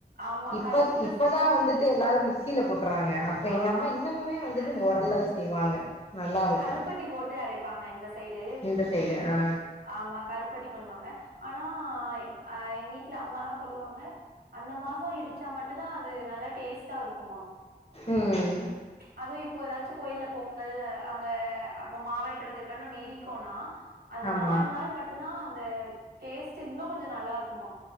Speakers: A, on the right; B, on the left.
A: ஆமா.
B: இப்ப
A: கரு இந்த
B: இப்பதா
A: சைடு வந்து
B: வந்துட்டு எல்லாரு மிக்சில போ றாங்க அப்ப
A: ஆமா.
B: எங்க அம்மா இன்னமுமே வந்துட்டு
A: அது
B: இந்த ஒரல்லதா
A: வந்து
B: செய்வாங்க நல்லா இருக்கு
A: கருப்பட்டி போட்டு அரைப்பாங்க இந்த சைடு
B: இந்த சைடு ஆ
A: ஆமா கருப் படி பண்ணுவாங்க ஆனா அஹ் எங்க வீட்ல அம்மலா சொல்லுவாங்க அந்த மாச இடிச்சா மட்டு தா அது நல்லா டேஸ்ட் டா இருக்குமா
B: ம்
A: அதுவு இப் இப்போ ஏதாச்சு கோயில் பொங் கல் அங்க அப்ப மாவிளக்கெடுக்கது நம்ம இடிக்கோனா அந்த
B: ஆமா
A: நாலு நாள் மட்டும்தா அந்த டேஸ்ட் இன்னு கொஞ்சோ நல்லா இருக்குமா